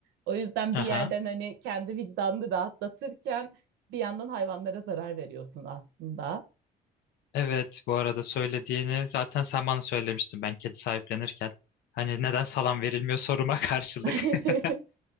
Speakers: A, on the right; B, on the left.
A: O yüzden
B: Aha.
A: bir yerden hani kendi vicdanını rahatlatırken bir yandan hayvanlara zarar veriyorsun aslında.
B: Evet bu arada söylediğini zaten sen bana söylemiştin ben kedi sahiplenirken. Hani neden salam verilmiyor soruma <laughs> karşılık.
A: <laughs>
B: <laughs>